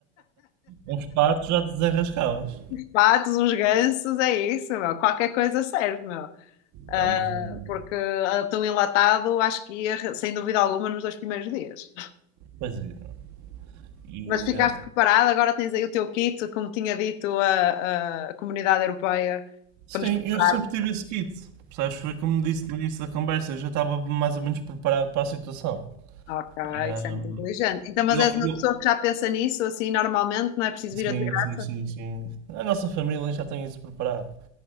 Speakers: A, on the right (about 45°); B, on the left (about 60°).
A: uns patos já te desenrascavas.
B: Patos, uns gansos, é isso, meu. Qualquer coisa serve, meu. Ah,
A: Pá, mas não.
B: porque ah, tão enlatado, acho que ia, sem dúvida alguma, nos dois primeiros dias.
A: Pois é. E,
B: Mas ficaste
A: eh,
B: preparado, agora tens aí o teu kit, como tinha dito a, a comunidade europeia,
A: sim,
B: para nos prepararmos.
A: eu sempre tive esse kit. Percebes? Foi como disse no início da conversa, eu já estava mais ou menos preparado para a situação.
B: Ok,
A: Ahm,
B: isso é muito inteligente. Então, mas
A: eu,
B: és uma
A: eu-
B: pessoa que já pensa nisso, assim, normalmente, não é preciso
A: sim,
B: vir a de graça?
A: sim, sim, sim. A nossa família já tem isso preparado.